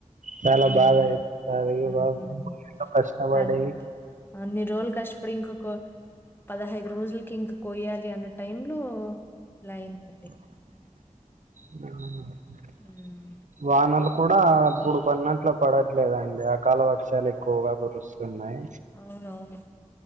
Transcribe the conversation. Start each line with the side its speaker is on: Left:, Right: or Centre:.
Right: చాలా
Left: హ్మ్.
Right: బాదయితది <inaudible>
Left: హ్మ్.
Right: ఎంతో కష్టబడ్డది
Left: అది అన్ని రోజ్ల్ కష్ట్పడి ఇంకొక పదహైదు రోజుల్కి ఇంక కోయాలి అన్న టైం లో ఇలైన్దండి
Right: <unintelligible>
Left: ఉమ్
Right: వానలు కూడా అప్పుడు పన్నంట్లు పడట్లేదండి అకాల వర్షాలెక్కువగా కురుస్ ఉన్నయ్
Left: అవునవును